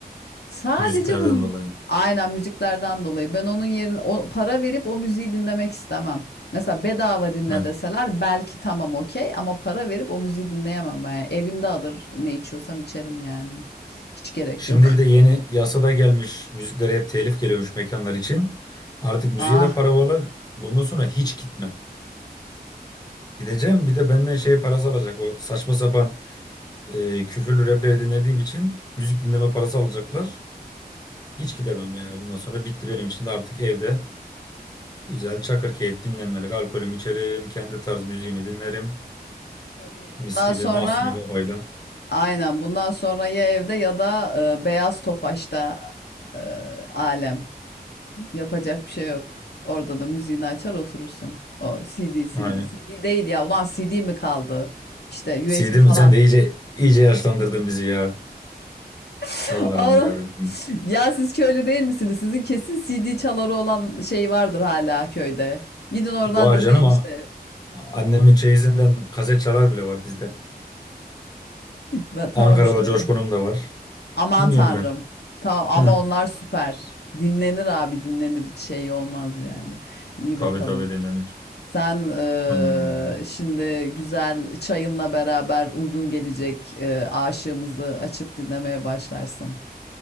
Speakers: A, on the left; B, on the left.
A: Sadece
B: Müziklerden
A: bunun
B: dolayı.
A: aynen müziklerden dolayı ben onun yerine o, para verip o müziği dinlemek istemem. Mesela bedava dinle
B: Evet.
A: deseler belki tamam okey ama para verip o müziği dinleyemem ben. Yani evimde alır ne içiyorsam içerim yani. Hiç gerek
B: Şimdi
A: yok.
B: bir de yeni
A: <laughs>
B: yasada gelmiş müziklere hep telif geliyormuş mekanlar için. Artık müziğe
A: Ah
B: de para varlar. Bundan sonra hiç gitmem. Gideceğim bir de benden şey parası alacak. O saçma sapan e, küfürlü rapleri dinlediğim için müzik dinleme parası alacaklar. Hiç gidemem yani bundan sonra bitti benim için de artık evde güzel çakır keyif dinlenmelik alkolümü içerim. Kendi tarz müziğimi dinlerim.
A: tabii bundan
B: Mis gibi
A: sonra
B: Mahsuni Baba'yla.
A: aynen bundan sonra ya evde ya da e, Beyaz Tofaş'ta e, alem. Yapacak bir şey yok. Orada da müziğini açar oturursun. O CD'si,
B: Aynen.
A: CD değil ya. Ulan CD mi kaldı? İşte
B: Sidim
A: USB falan.
B: sen de iyice iyice yaşlandırdın bizi ya.
A: <laughs>
B: Allah'ım
A: Aa,
B: yarabbim.
A: ya siz köylü değil misiniz? Sizin kesin CD çaları olan şey vardır hala köyde. Gidin oradan
B: Vay
A: dinleyin
B: canım
A: işte.
B: Annemin çeyizinden kaset çalar bile var bizde.
A: Ve tamam
B: Ankaralı
A: işte orada.
B: Coşkun'um da var.
A: Aman
B: Dinliyorum
A: tanrım.
B: ben.
A: Tamam ama
B: Hı.
A: onlar süper. Dinlenir abi dinlenir hiç şey olmaz yani. İyi
B: Tabii
A: bakalım.
B: tabii dinlenir.
A: Sen eee,
B: Hmm.
A: şimdi güzel çayınla beraber uygun gelecek eee aşığımızı açıp dinlemeye başlarsın.